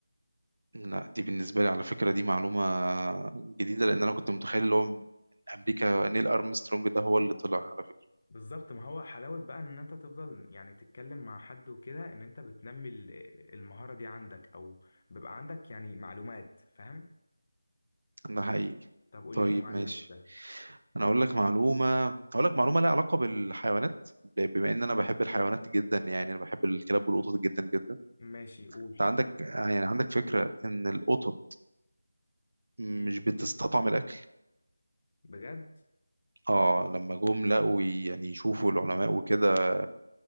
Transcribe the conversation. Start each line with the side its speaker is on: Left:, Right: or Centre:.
Right: لا دي بالنسبة لي على فكرة دي معلومة جديدة لأن أنا كنت متخيل اللي هو من أمريكا نيل أرمسترونج ده هو اللي طلع على فكرة
Left: بالظبط ما هو حلاوة بقى ان انت تفضل يعني تتكلم مع حد وكده ان انت بتنمي ال- المهارة دي عندك او بيبقى عندك يعني معلومات فاهم
Right: ده حقيقي
Left: طب قول
Right: طيب
Left: لي بقى آه. معلومة
Right: ماشي
Left: ده
Right: أنا أقول لك معلومة أقول لك معلومة لها علاقة بالحيوانات ب- بما إن أنا بحب الحيوانات جدا يعني أنا بحب الكلاب والقطط جدا جدا
Left: ماشي قول
Right: أنت عندك يعني عندك فكرة إن القطط مش
Left: مم.
Right: بتستطعم الأكل
Left: بجد
Right: آه لما جم لقوا يعني يشوفوا العلماء وكده